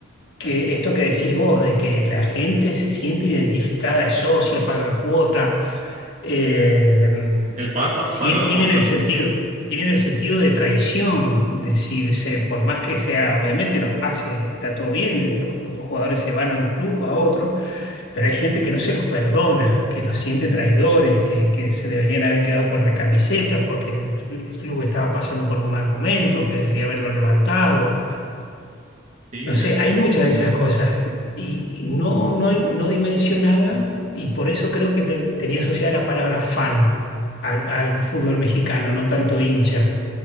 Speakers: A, on the left; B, on the right.
A: que esto que decís vos, de que la gente se siente identificada, es socia, paga cuota, eh,
B: El Papa
A: sí
B: pagaba
A: tienen
B: cuota.
A: el sentido, tienen el sentido de traición, de si se- por más que sea, obviamente los pases está todo bien, los los jugadores se van a un club, a otro Pero hay gente que no se los perdona, que los siente traidores, que, que se deberían haber quedado por la camiseta porque el, el club estaba pasando por un mal momento, que debería haberlo levantado.
B: Sí,
A: No
B: es
A: sé, hay muchas de esas cosas. Y y no, no, no dimensionaba, y por eso creo que te- tenía asociada la palabra fan al, al fútbol mexicano, no tanto hincha.